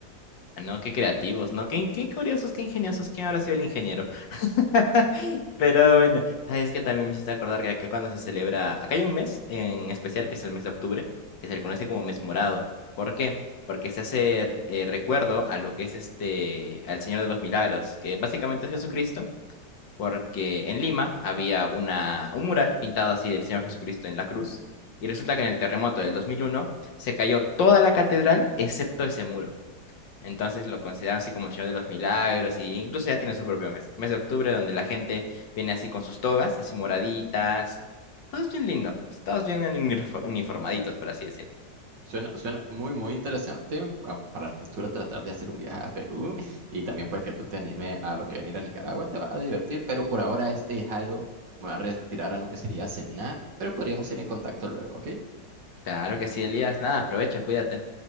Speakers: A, on the left (about 85°); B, on the right (about 80°).
A: No, qué creativos, ¿no? Qué, qué curiosos, qué ingeniosos. ¿Quién habrá sido el ingeniero? <laughs> Pero bueno, sabes que también me hiciste acordar que acá cuando se celebra, acá hay un mes en especial, que es el mes de octubre, que se le conoce como mes morado. ¿Por qué? Porque se hace eh, recuerdo a lo que es este, al Señor de los Milagros, que básicamente es Jesucristo, porque en Lima había una, un mural pintado así del Señor Jesucristo en la cruz, y resulta que en el terremoto del 2001 se cayó toda la catedral excepto ese muro. Entonces lo consideran así como el Señor de los Milagros y incluso ya tiene su propio mes, mes de octubre donde la gente viene así con sus togas, así moraditas, todos bien lindo, pues, todos bien unif- uniformaditos, por así decirlo.
B: Suena, suena muy, muy interesante pa- para el futuro tratar de hacer un viaje a Perú y también pues que tú te animes a lo que venir a Nicaragua, te va a divertir, pero por ahora este Jairo me va a retirar a lo que sería cenar, pero podríamos ir en contacto luego, ¿ok?
A: Claro que sí, Elías, nada, aprovecha, cuídate.